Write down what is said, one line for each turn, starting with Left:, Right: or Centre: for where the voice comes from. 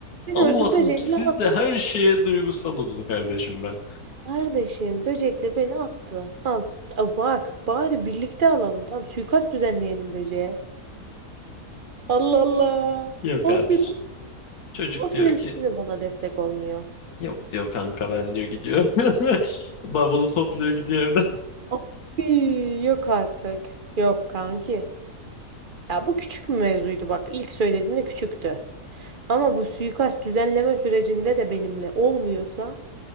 Right: Beni
Left: Allah'ım
Right: orada böcekle
Left: siz
Right: attı.
Left: de her şeye duygusal olun kardeşim ben.
Right: Kardeşim böcekle beni attı. Al. Ya bak bari birlikte alalım. Tamam suikast düzenleyelim böceğe. Allah Allah.
Left: Yok
Right: O
Left: abi.
Right: süreç,
Left: Çocuk
Right: o süreçte
Left: diyor ki
Right: de bana destek olmuyor.
Left: yok diyor kanka ben diyor gidiyor. <laughs> Bavulu topluyor gidiyor evden.
Right: Abi, yok artık. Yok kanki. Ya bu küçük bir mevzuydu bak. İlk söylediğinde küçüktü. Ama bu suikast düzenleme sürecinde de benimle olmuyorsa